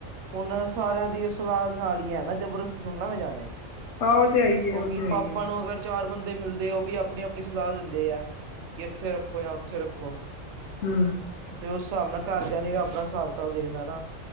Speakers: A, on the right; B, on the left.
A: ਹੁਣ ਸਾਰਿਆਂ ਦੀ ਸਲਾਹ ਦੇ ਨਾਲ ਈ ਹੈ ਨਾ ਜਬਰਦਸਤੀ ਥੋੜ ਨਾ ਮੈਂ ਜਾਣਾ ਈ-
B: ਆਹ ਉਹ ਤੇ ਹੈ ਹੀ ਹੈ
A: ਕਉਕਿ
B: ਉਹ ਤੇ ਹੈ
A: ਪਾਪਾ
B: ਹੀ ਹੈ
A: ਨੂੰ ਅਗਰ ਚਾਰ ਬੰਦੇ ਮਿਲਦੇ ਆ ਉਹ ਵੀ ਆਪਣੀ-ਆਪਣੀ ਸਲਾਹ ਦਿੰਦੇ ਹੈ ਕਿ ਇੱਥੇ ਰੱਖੋ ਜਾਂ ਉੱਥੇ ਰੱਖੋ
B: ਹੂੰ
A: ਤੇ ਉਸ ਸਾਬ ਨਾਲ ਘਰਦਿਆਂ ਨੇ ਆਪਣਾ ਹਿਸਾਬ ਕਤਾਬ ਦੇਖਣਾ ਨਾ